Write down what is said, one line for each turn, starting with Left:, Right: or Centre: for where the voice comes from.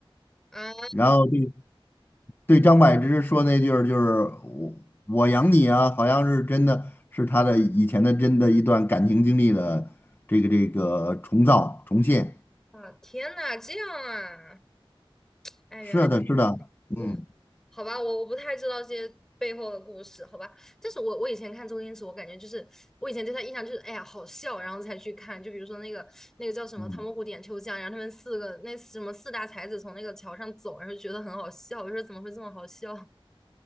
Centre: 哼啊
Left: 然后对对张柏芝说那句儿就是我我养你啊，好像是真的是他的以前的真的一段感情经历的这个这个重造重现。
Centre: 啊，天呐，这样啊。哎，
Left: 是的，
Centre: 原来，
Left: 是的，
Centre: 嗯，
Left: 嗯。
Centre: 好吧，我我不太知道这些背后的故事，好吧。但是我我以前看周星驰，我感觉就是我以前对他印象就是，哎呀，好笑，然后才去看。就比如说那个那个叫什么《唐伯虎点秋香》，
Left: 嗯
Centre: 然后他们四个那什么四大才子从那个桥上走，然后就觉得很好笑。我说怎么会这么好笑？